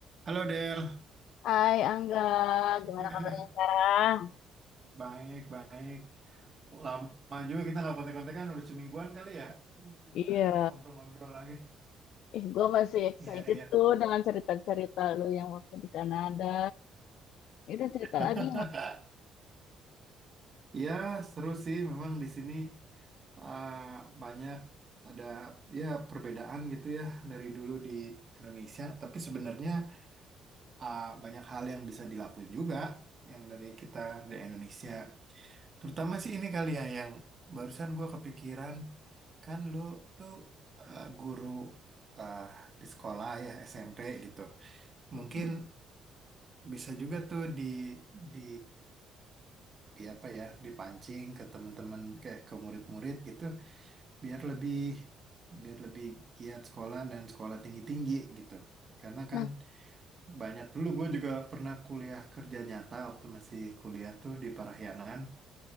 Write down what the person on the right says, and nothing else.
Halo Del,
<laughs>
Baik, baik. Lama juga kita nggak kontek-kontekan, udah semingguan kali ya.
Kita ngobrol-ngobrol lagi.
Iya, iya.
<laughs>
Iya, seru sih. Memang di sini uh, banyak ada ya perbedaan gitu ya dari dulu di Indonesia. Tapi sebenarnya uh, banyak hal yang bisa dilakuin juga yang dari kita dari Indonesia. Terutama sih ini kali ya yang barusan gue kepikiran kan lu tuh eh, guru eh, di sekolah ya SMP gitu.
Mungkin bisa juga tuh di di di apa ya dipancing ke teman-teman kayak ke murid-murid gitu biar lebih biar lebih giat sekolah dan sekolah tinggi-tinggi gitu. Karena kan
banyak dulu gue juga pernah kuliah kerja nyata waktu masih kuliah tuh di Parahyangan.